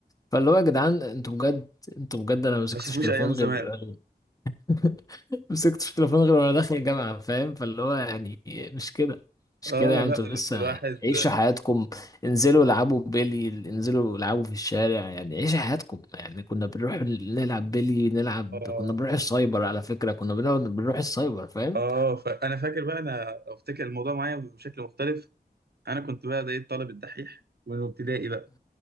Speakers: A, on the left; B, on the right.
A: فاللي هو يا جدعان انتوا بجد انتوا بجد انا ما مسكتش
B: ما شافوش
A: تليفون
B: ايام
A: غير
B: زمان
A: <laughs> مسكتش التليفون غير وانا داخل الجامعة فاهم فاللي هو يعني مش كده مش
B: اه
A: كده يعني انتوا
B: لا
A: لسه
B: ال- الواحد
A: عيشوا حياتكم انزلوا العبوا بيلي انزلوا العبوا في الشارع يعني عيشوا حياتكم يعني كنا بنروح نلعب بيلي نلعب
B: اه
A: كنا بنروح السايبر على فكرة كنا بنقعد بنروح السايبر فاهم
B: اه فانا فاكر بقى انا افتكر الموضوع معايا بشكل مختلف انا كنت بقى ده ايه، الطالب الدحيح من ابتدائي بقى